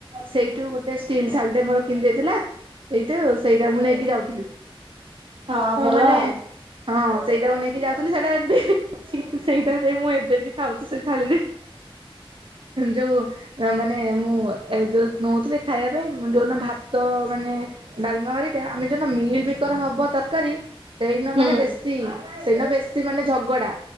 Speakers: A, on the right; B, on the right.
A: ସେଇଠୁ ଗୋଟେ ଷ୍ଟିଲ୍ ଥାଲି ଟେ ମୋର କିଣି ଦେଇଥିଲା ସେଇଠୁ ସେଇଟା ମୁଁ ନେଇ ଯାଉଥିଲି
B: ହଁ ଭଲ
A: ମାନେ
B: ଆଉ।
A: ହଁ ସେଇଟାକୁ ନେଇକି ଯାଉଥିଲି ସେଇଟା ଏବେ ବି ଅଛି ସେଇଟାରେ ମୁଁ ଏବେ ବି ଖାଉଛି ସେଇ ଥାଳିରେ ଯୋଉ ମାନେ ମୁଁ ଯୋଉ ନଉଥିଲି ଖାଇବା ପାଇଁ ମୁ ଯୋଉ ଦିନ ଭାତ ମାନେ ଡାଲମା ଆମେ ଜଉ ମିଲ୍ ମିକର ହବ ତରକାରୀ ସେଇଦିନ
B: ହୁଁ
A: ମାନେ ବେଶୀ ସେଇଦିନ ବେଶୀ ମାନେ ଝଗଡା